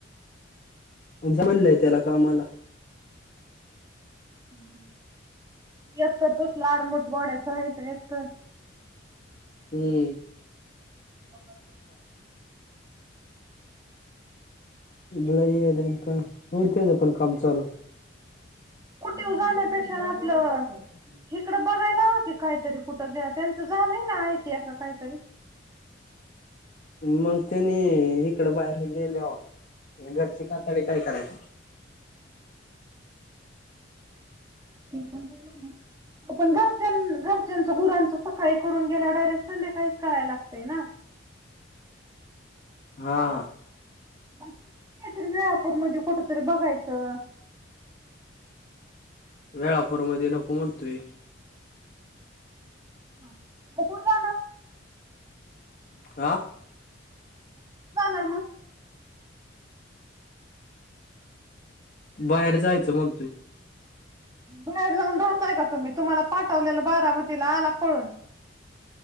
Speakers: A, on the left (about 40°); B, on the right (about 20°).
A: म्हनलंय त्याला कामाला <unintelligible>
B: हं एक तर तसलं अडमुट बोड्याच आहे एक तर <unintelligible>
A: ते <unintelligible>
B: <unintelligible> <unintelligible>
A: ते लय येडं हाय का होईल तेच पण काम चालू
B: स्कुटीवर जाण्यापेक्षा ना आपलं इकडं बघायला लावा की काहीतरी कुठं ब्या त्यांचं झालंय ना आयटी का काहीतरी
A: मग तेनी इकड बाहेर गेले हो घरची काताडी काय करायची
B: ते पणण घरच्या घरच्यां स गुरांचं सकाळी करून गेल्या डायरे संध्याकाळी कराय लागते ना
A: हा
B: काहीतरी नाळा आपूण मध्ये कुठ तरी बघायचं
A: वेळापूर मध्ये नको म्हणतोय
B: हा कोठ का ना
A: आह
B: कुठं जाणार मग
A: बाहेर जायचं म्हणतोय
B: बाहेर जाऊन राहताय का तुम्ही तुम्हाला पाठवलेलं बारामतीला आला पळून